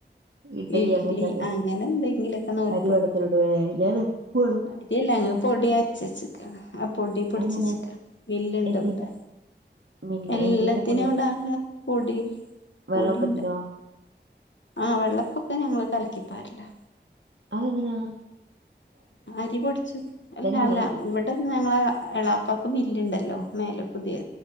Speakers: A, on the right; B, on the left.
A: ഇഡ്ഡലി
B: ഇഡ്ലി
A: അങ്ങനത്തൊക്കെ
B: അങ്ങനെ എന്തെങ്കിലൊക്കെ നൂൽപുട്ട്
A: അരി വെള്ളത്തിലിടുവേ ഞാൻ എപ്പളും
B: അരില്ല ങ്ങള് പൊടി അരചെച്ച്ക്കാണ് ആ പൊടി പൊടിച്ചച്ച്ക്കാണ്
A: അങ്ങനെ
B: മില്ല് ണ്ട്
A: എന്തിന്റെ
B: ഇവടെ
A: മില്ല
B: എല്ലത്തിനും
A: എന്തിന്റെ പൊടിയാ
B: ഇടാള്ള പൊടി പൊടിണ്ട്
A: വെള്ളപ്പത്തിനോ
B: ആ വെള്ളപ്പൊക്കെ ഞങ്ങള് കലക്കിപ്പാരലാ
A: അതെങ്ങനാ
B: അരി പൊടിച്ച അല്ല
A: വാങ്ങലാ
B: അല്ല ഇവിടെ ഞങ്ങള എളാപാക്ക് മില്ല്ണ്ടല്ലോ മേലെ പുതിയ